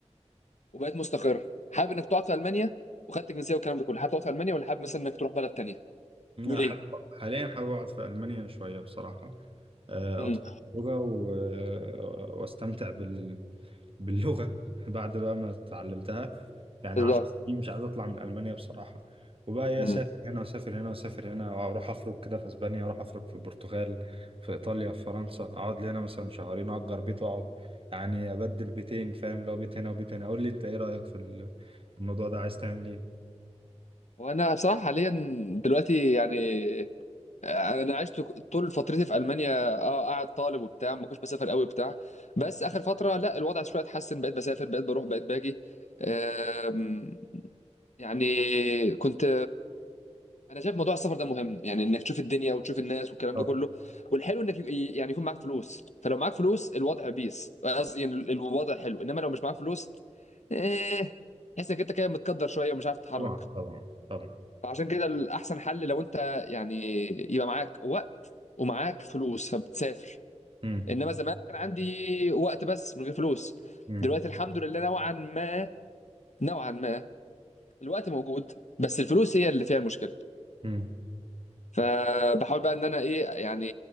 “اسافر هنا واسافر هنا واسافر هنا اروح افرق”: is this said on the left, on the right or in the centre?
Right